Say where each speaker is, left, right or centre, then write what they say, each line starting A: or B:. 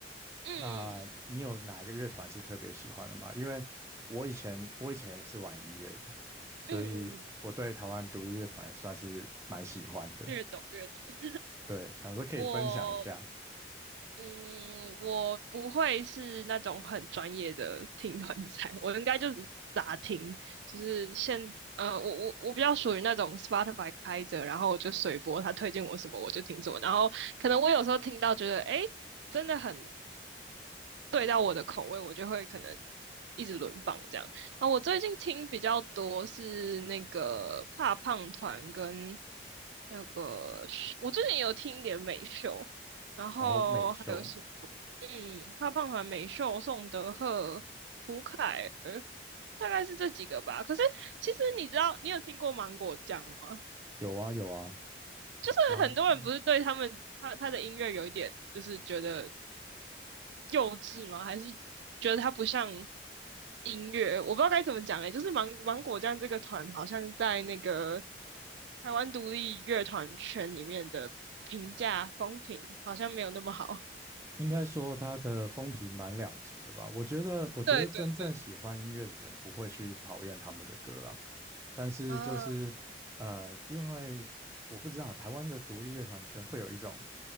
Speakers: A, on the right; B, on the right.
A: <laughs> 嗯
B: 那你有哪一个乐团是特别喜欢的吗？因为我以前我以前也是玩音乐的，所以我对台湾独立乐团算是蛮喜欢的。
A: 嗯嗯，略懂略懂。
B: 对，想说可以分享一下。
A: 我嗯，我不会是那种很专业的听团仔，我应该就只是杂听，就是先呃，我我我比较属于那种 Spotify 开着，然后我就随播，他推荐我什么我就听什么，然后可能我有时候听到觉得诶真的很对到我的口味，我就会可能一直轮放这样。啊，我最近听比较多是那个怕胖团跟那个我最近有听一点美秀，然后还有是
B: 然后美秀
A: 嗯，怕胖团、美秀、宋德赫、胡凯儿，大概是这几个吧。可是其实你知道，你有听过芒果酱吗？
B: 有啊有啊
A: 就是很多人不是对他们他他的音乐有一点，
B: 芒果 n g o
A: 就是觉得幼稚吗？还是觉得它不像音乐？我不知道该怎么讲诶、就是芒芒果酱这个团好像在那个台湾独立乐团圈里面的评价风评好像没有那么好。
B: 应该说他的风评蛮两极的吧。我觉得我觉得真正喜欢音乐的人不会去讨厌他们的歌啦。
A: <laughs> 对对
B: 但是就是呃，
A: 啊
B: 因为我不知道台湾的独立乐团圈会有一种